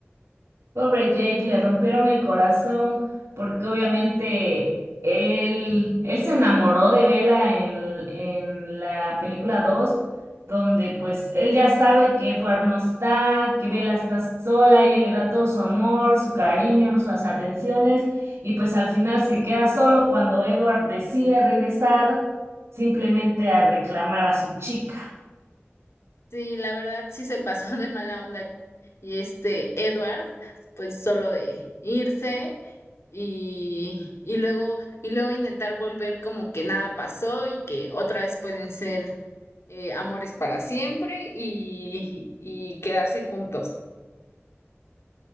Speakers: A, on the right; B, on the left.
A: Pobre Jake, le rompieron el corazón porque obviamente él, él se enamoró de Bella en, en la película 2 donde pues él ya sabe que Edward no está, que Bella está sola y él le da todo su amor, su cariño, sus atenciones y pues al final se queda solo cuando Edward decide regresar simplemente a reclamar a su chica.
B: Sí, la verdad sí se pasó <laughs> de mala onda. Y este Edward, pues solo de irse y, y luego, y luego intentar volver como que nada pasó y que otra vez pueden ser eh, amores para siempre y, y quedarse juntos.